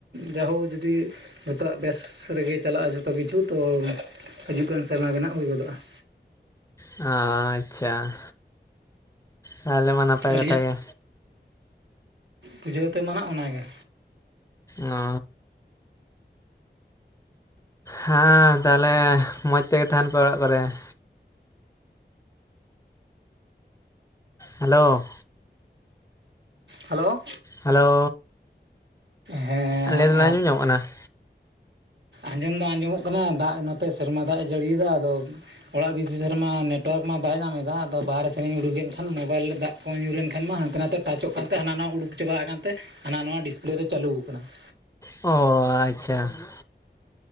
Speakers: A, on the right; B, on the left.
A: ᱡᱟᱭᱦᱳᱠ ᱡᱩᱫᱤ ᱡᱚᱛᱚᱣᱟᱜ ᱵᱮᱥ ᱨᱮᱜᱮ ᱪᱟᱞᱟᱜᱼᱟ ᱡᱚᱛᱚ ᱠᱤᱪᱷᱩ ᱛᱚ ᱦᱤᱡᱩᱜ ᱠᱟᱱ ᱥᱮᱨᱢᱟ ᱵᱮᱱᱟᱜ ᱦᱩᱭ ᱜᱚᱫᱚᱜᱼᱟ ᱾
B: ᱚ ᱟᱪᱪᱷᱟ, ᱛᱟᱦᱞᱮ ᱢᱟ ᱱᱟᱯᱟᱭ
A: ᱟᱹᱞᱤᱧᱟᱜ
B: ᱠᱟᱛᱷᱟ ᱜᱮ
A: ᱵᱩᱡᱷᱟᱹᱣ ᱛᱮ ᱢᱟ ᱚᱱᱟᱜᱮ,
B: ᱚ ᱾ ᱦᱮᱸ ᱛᱟᱦᱚᱞᱮ ᱢᱚᱸᱡᱽ ᱛᱮᱜᱮ ᱛᱟᱦᱮᱱ ᱯᱮ ᱚᱲᱟᱜ ᱠᱚᱨᱮ ᱾ ᱦᱮᱞᱳ
A: ᱦᱮᱞᱳ
B: ᱦᱮᱞᱳ
A: ᱦᱮᱸ
B: ᱟᱞᱮ ᱫᱚᱞᱮ ᱟᱡᱚᱢ ᱧᱟᱜ ᱠᱟᱱᱟ ᱾
A: ᱟᱹᱡᱚᱢ ᱫᱚ ᱟᱹᱡᱚᱢᱚᱜ ᱠᱟᱱᱟ ᱫᱟᱜ ᱱᱛᱮ ᱥᱮᱨᱢᱟ ᱫᱟᱜ ᱮ ᱡᱟᱹᱲᱤᱭᱫᱟ, ᱟᱫᱚ ᱚᱲᱟᱜ ᱵᱤᱫᱮᱥ ᱨᱮᱢᱟ ᱱᱮᱴᱣᱟᱨᱠ ᱢᱟ ᱵᱟᱭ ᱧᱟᱢᱮᱫᱟ ᱟᱫᱚ ᱵᱟᱦᱟᱨᱮ ᱥᱮᱱᱧ ᱩᱰᱩᱠᱮᱱ ᱠᱷᱟᱱ ᱢᱳᱵᱟᱭᱤᱞ ᱨᱮ ᱫᱟᱜ ᱯᱷᱳᱱ ᱧᱩᱨᱮᱱ ᱠᱷᱟᱱ ᱢᱟ ᱦᱟᱱᱛᱮ ᱱᱟᱛᱮ ᱴᱟᱪᱚᱜ ᱠᱟᱱᱛᱮ ᱦᱟᱱᱟ ᱱᱟᱣᱟ ᱩᱰᱩᱠ ᱪᱟᱵᱟ ᱟᱠᱟᱱᱛᱮ ᱦᱟᱱᱟ ᱱᱟ ᱰᱤᱥᱯᱞᱮ ᱨᱮ ᱪᱟᱹᱞᱩ ᱟᱠᱟᱱᱟ ᱾
B: ᱚ ᱟᱪᱪᱷᱟ ᱾